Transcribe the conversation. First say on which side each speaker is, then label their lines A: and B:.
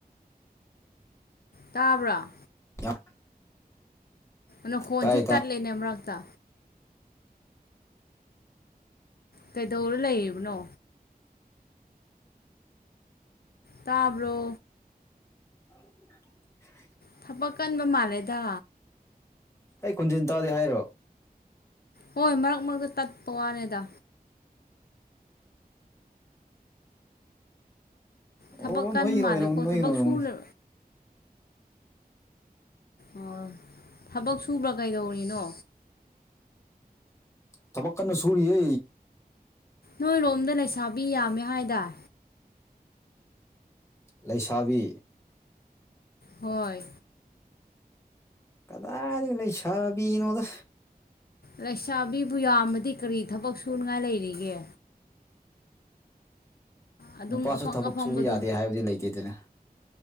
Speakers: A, on the left; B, on the left.
A: ꯇꯥꯕ꯭ꯔꯥ
B: ꯌꯥꯝ
A: ꯅꯈꯣꯟꯖꯦ
B: ꯇꯥꯏ ꯇꯥꯏ
A: ꯇꯠꯂꯦꯅꯦ ꯃꯔꯛꯇ ꯀꯩꯗꯧꯔ ꯂꯩꯔꯤꯕꯅꯣ ꯇꯥꯕ꯭ꯔꯣ
B: <unintelligible>
A: ꯊꯕꯛ ꯀꯟꯕ ꯃꯥꯜꯂꯦꯗ
B: ꯑꯩ ꯈꯣꯟꯖꯦꯟ ꯇꯥꯗꯤ ꯍꯥꯏꯔꯣ
A: ꯍꯣꯏ ꯃꯔꯛ ꯃꯔꯛꯇ ꯇꯠꯄ ꯋꯥꯅꯦꯗ ꯊꯕꯛ
B: ꯑꯣ
A: ꯀꯟꯕ
B: ꯅꯣꯏꯒꯤꯅ
A: ꯃꯥꯜꯂꯦꯀꯣ
B: ꯑꯣꯏꯔꯝꯅꯤ ꯅꯣꯏꯒꯤꯅ
A: ꯊꯕꯛ
B: ꯑꯣꯏꯔꯝꯒꯅꯤ
A: ꯁꯨꯔ ꯑꯣ ꯊꯕꯛ ꯁꯨꯕ꯭ꯔꯥ ꯀꯩꯗꯧꯔꯤꯅꯣ
B: ꯊꯕꯛ ꯀꯟꯅ ꯁꯨꯔꯤꯌꯦ
A: ꯅꯣꯏꯔꯣꯝꯗ ꯂꯩꯁꯥꯕꯤ ꯌꯥꯝꯃꯦ ꯍꯥꯏꯗꯥꯢ
B: ꯂꯩꯁꯥꯕꯤ
A: ꯍꯣꯏ
B: ꯀꯗꯥꯢꯗꯒꯤ ꯂꯩꯁꯥꯕꯤꯅꯣꯗ
A: ꯂꯩꯁꯥꯕꯤꯕꯨ ꯌꯥꯝꯃꯗꯤ ꯀꯔꯤ ꯊꯕꯛ ꯁꯨꯅꯤꯉꯥꯏ ꯂꯩꯔꯤꯒꯦ ꯑꯗꯨꯝ
B: ꯅꯨꯄꯥꯁꯨ
A: ꯑꯐꯪ
B: ꯊꯕꯛ
A: ꯑꯐꯪꯕꯗꯣ
B: ꯁꯨꯕ ꯌꯥꯗꯦ ꯍꯥꯏꯕꯗꯤ ꯂꯩꯇꯦꯗꯅ